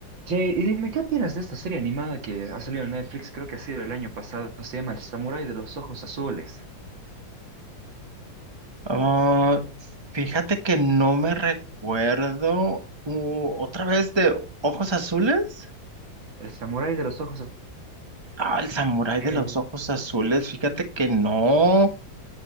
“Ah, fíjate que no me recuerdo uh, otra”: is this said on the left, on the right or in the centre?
Right